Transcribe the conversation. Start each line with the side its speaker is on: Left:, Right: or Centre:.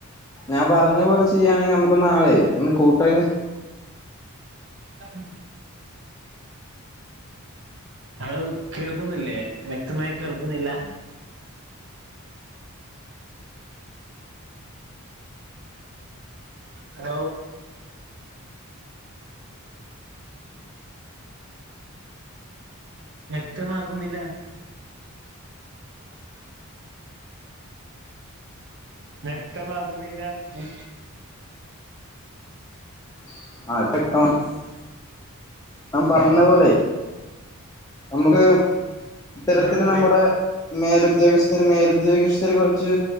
Left: ഞാൻ പറഞ്ഞ പോലെ ചെയ്യാണെങ്കി നമക്ക് നാളെ ഒന്ന് കൂട്ടായിന്ന്
Right: ആഹ് ഹലോ കേൾക്കുന്നില്ലേ? വ്യക്തമായി കേൾക്കുന്നില്ല? ഹലോ വ്യക്തമാകുന്നില്ല. വ്യക്തമാകുന്നില്ലാന്ന്
Left: <unintelligible> ഞാൻ പറഞ്ഞ പോലെയ് ഞമക്ക് ഇത്തരത്തില്
Right: ആ പറയൂ
Left: നമ്മടെ മേലുദ്യോഗസ്ഥര് മേലുദ്യോഗസ്ഥര് കൊറച്ച്